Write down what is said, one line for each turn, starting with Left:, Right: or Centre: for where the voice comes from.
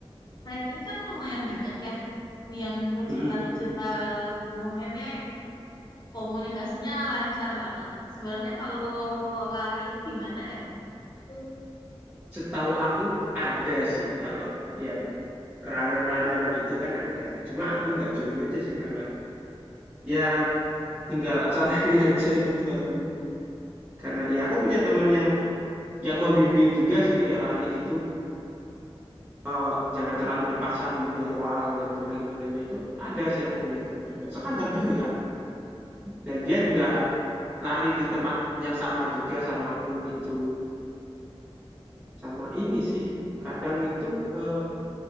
Left: Hiking kan lumayan banyak ya. Yang pecinta-pecinta
Right: Mm-mm.
Left: gunung ini komunikasinya lancar banget. Sebenarnya kalau lari itu gimana ya? Hmm,
Right: Setahu aku ada sih kalau ya runner-runner gitu kan ada. Cuma aku nggak join aja sih karena ya tinggal asal lari <laughs> aja gitu aku. Karena ya aku punya temen yang yang membimbing juga sih kayak lari gitu. eh, jangan terlalu dipaksa dulu di awal dan gimana gimananya itu ada sih aku punya temen juga sekantor juga dan dia juga lari di tempat yang sama juga sama aku gitu sama ini sih kadang itu eh,